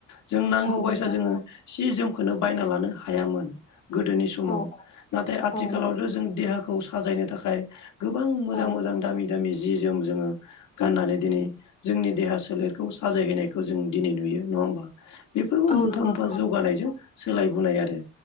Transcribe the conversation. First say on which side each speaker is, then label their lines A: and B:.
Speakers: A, on the left; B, on the left.
A: जों नांगौ
B: औ
A: बायसा
B: नंगौ
A: जोङो सि जोमखोनो बायना लानो हायामोन गोदोनि <unintelligible> समाव
B: औ
A: नाथाय आथिखालावथ'
B: औ नंगौ
A: जों देहाखौ साजायनो थाखाय गोबां मोजां
B: औ
A: मोजां दामि दामि जि जोम जोङो गाननानै दिनै जोंनि देहा सोलेरखौ साजायहैनायखौ जों दिनै नुयो नङा होम बेफोरबो
B: औ
A: मोनफा
B: नंगौ
A: मोनफा
B: नोंथां
A: जौगानायजों सोलायबोनाय आरो